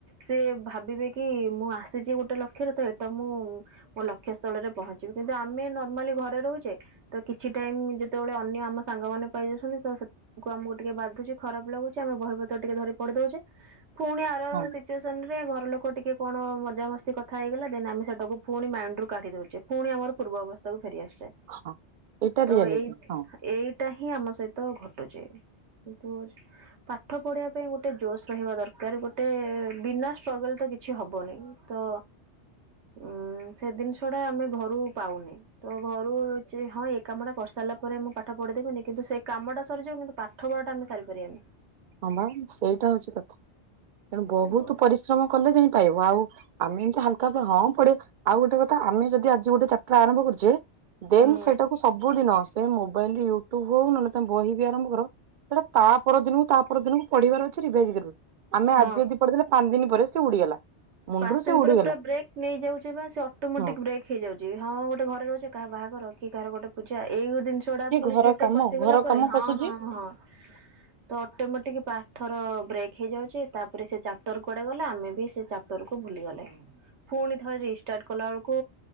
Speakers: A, on the right (about 80°); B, on the right (about 55°).
A: ସେ ଭାବିବେ କି ମୁଁ ଆସିଚି ଗୋଟେ ଲକ୍ଷରେ ତ ଏଟା ମୁଁ ମୋ ଲକ୍ଷ୍ୟସ୍ଥଳରେ ପହଞ୍ଚିବି କିନ୍ତୁ ଆମେ ନର୍ମାଲି ଘରେ ରୋହୁଚେ ତ କିଛି ଟାଇମ ଯେତେବେଳେ ଅନ୍ୟ ଆମ ସାଙ୍ଗମାନୋନ ପାଇ ଯାଉଛନ୍ତି ତ ସେ ଆମକୁ ଟିକେ ବାଧୁଚି ଖରାପ ଲାଗୁଚି ଆମେ ବହିପତ୍ର ଟିକେ ଧରି ପଡି ଦୋଉଚେ ପୁଣି ଆର
B: ହଁ
A: ସିଚୁଏସନରେ ଘର ଲୋକ ଟିକେ କଣ ମଜାମସ୍ତି କଥା ହେଇଗଲା ଦେନ୍ ଆମେ ସେଇଟାକୁ ପୁଣି ମାଇଣ୍ଡରୁ କାଢ଼ି ଦୋଉଚେ। ପୁଣି ଆମର ପୂର୍ବସ୍ଥାକୁ ଫେରିଆସୁଚେ।
B: ହଁ ଏଇଟା
A: ତ
B: ରିଆଲିଟି
A: ଏଇ
B: ହଁ।
A: ଏଇଟା ହିଁ ଆମ ସହିତ ଘ ଟୁଚି ଏନ୍ତି ହୋଉଚି। ପାଠ ପଢିବା ପାଇଁ ଗୋଟେ ଜୋସ୍ ରହିବା ଦରକାର ଗୋଟେ ବିନା ଷ୍ଟ୍ରଗଲ ତ କିଛି ହବନେଇ। ତ ଉଁ ସେ ଦିନସ ଟା ଆମେ ଘରୁ ପାଉନେ। ତ ଘରୁଚି ହଁ ଏ କାମ ଟା କରିସାରିଲା ପରେ ମୁଁ ପାଠ ପଢିଦେବିନନି କିନ୍ତୁ ସେ କାମଟା ସରିଯିବ କିନ୍ତୁ ପାଠ ପଢାଟା ଆମେ ସାରିପାରିବାନି।
B: ହଁ ପା ସେଇଟା ହୋଉଚି କଥା ତେଣୁ ବୋହୁତ
A: କିନ୍ତୁ
B: ପରିଶ୍ରମ କଲେ ଯାଇ ପାଇବ ଆଉ। ଆମେ ଏମିତି ହାଲକା ହଁ ପଢ଼ିବା। ଆଉ ଗୋଟେ କଥା ଆମେ ଯଦି ଆଜି ଗୋଟେ ଚାପ୍ଟର ଆରଭ କରୁଚେ ଦେନ୍
A: ହୁଁ
B: ସେଟାକୁ ସବୁ ଦିନ ସେ ମୋବାଇଲ ୟୁଟ୍ୟୁବ ହୋଉ ନହେଲେ ତମେ ବହି ବି ଆରମ୍ କର ସେଇଟା ତା ପରଦିନକୁ ତା ପର ଦିନକୁ ପଢିବାର ଅଛି ରିଭାଇଜ୍ ଆମେ
A: ହଁ
B: ଆଜି ଯଦି ପଢିଦଲେ ପାଞ୍ଚ ଦିନ ପରେ ସେ ଉଡିଗଲା। ମୁଣ୍ଡରୁ
A: ପାଞ୍ଚ ଦିନ
B: ସେ ଉଡିଗଲା
A: ପରେ ପୁରା ବ୍ରେକ୍ ନେଇଯାଉଚି ପା ସେ ଅଟୋମେଟିକ
B: ହଁ
A: ବ୍ରେକ୍ ହେଇ ଯାଉଚି ହଁ ଗୋଟେ ଘରେ ରହୁଚେ କାହା ବାହାଘ କି କହାର ଗୋଟେ ପୂଜା ଏଇ ଗୋ ଦିନିଷ ଚୋଡା
B: କିଏ
A: ପୁଣି
B: ଘର
A: ଚିତ୍ର
B: କାମ
A: ପଶିଗଲା
B: ଘର
A: ପରେ
B: କାମ
A: ହଁ
B: ପଶୁଛି
A: ହଁ ହଁ। ତ ଅଟୋମେଟିକ ପାଠର ବ୍ରେକ୍ ହେଇଯାଉଛି ତାପରେ ସେ ଚାପ୍ଟର କୁଆଡେ ଗଲା ଆମେ ବି ସେ ଚା ରକୁ ଭୁଲିଗଲେ ପୁଣି ଥରେ ରିଷ୍ଟାର୍ଟ କଲା ବେଳକୁ